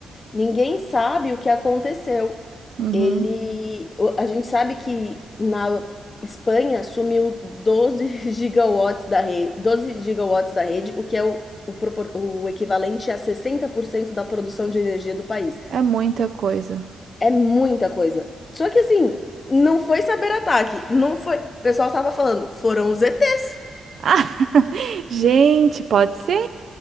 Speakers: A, on the left; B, on the right.
A: Ninguém sabe o que aconteceu.
B: Uhum.
A: Ele, o- a gente sabe que na Espanha sumiu 12 <laughs> gigawatts da rede, 12 gigawatts da rede, o que é o, o propor- o equivalente a 60% da produção de energia do país.
B: É muita coisa.
A: É muita coisa. Só que assim, não foi saber ataque, não foi. O pessoal tava falando, foram os ETs.
B: Ah, <laughs> gente, pode ser?